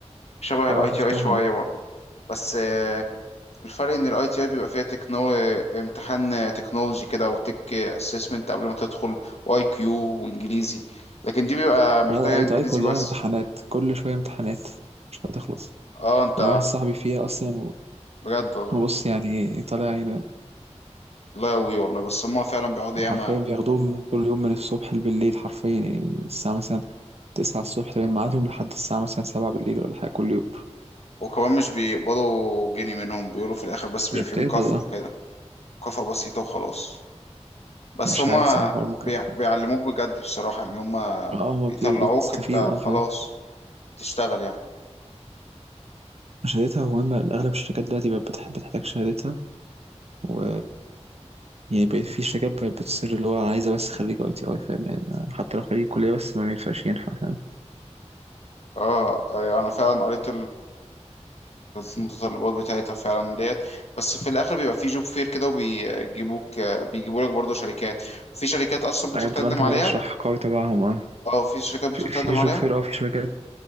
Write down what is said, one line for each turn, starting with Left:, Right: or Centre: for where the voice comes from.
Left: شبه
Right: اه
Left: الاي
Right: شفتها
Left: تي اي شويه برضو بس آه، الفرق ان الاي تي اي بيبقى فيها تكنو امتحان تكنولوجي كده او تك اسسمنت قبل ما تدخل واي كيو وانجليزي لكن دي بيبقى محتاجه
Right: يعني الاي
Left: انجليزي
Right: تو اي كلها
Left: بس
Right: امتحانات كل شويه امتحانات مش هتخلص
Left: اه انت
Right: انا واحد صاحبي فيها اصلا
Left: بجد والله
Right: بص يعني طالع
Left: لا يقوي والله بس هما فعلا بيقعدوا
Right: وحرفيا
Left: ياما
Right: بياخدوهم كل يوم من الصبح لبالليل حرفيا يعني من الساعة مثلا تسعة الصبح تمام ميعادهم لحد الساعة مثلا سبعة بالليل ولا حاجة كل يوم
Left: وكمان مش بيقبضوا جنيه منهم بيقولوا في الاخر بس بيبقى
Right: مش بتقبض
Left: فيه مكافأة
Right: اه
Left: كده مكافأة بسيطة وخلاص بس
Right: مش
Left: هما
Right: عارف صح حوار المكافأة
Left: بيع- بيعلموك بجد بصراحة يعني هما
Right: اه ما
Left: بيطلعوك
Right: بت- بتستفيد
Left: انت
Right: اه
Left: خلاص
Right: فاهم
Left: تشتغل يعني
Right: شهادتها مهمة أغلب الشركات دلوقتي بقت بتح- بتحتاج شهادتها و يعني بقت في شركات بقت بتصر اللي هو أنا عايزة بس خريج أي تي أي فاهم يعني حتى لو خريج كلية بس ما ينفعش ينفع فاهم
Left: اه انا فعلا قريت المتطلبات بتاعتها فعلا ديت بس في الاخر بيبقى في جوب فير كده وبيجيبوك بيجيبوا لك برضه شركات في شركات اصلا بتروح
Right: أيوة
Left: تقدم
Right: بتبقى أنت
Left: عليها
Right: مرشح قوي تبعهم اه
Left: او في شركات بتروح
Right: في
Left: تقدم
Right: في جوب
Left: عليها
Right: فير اه في شركات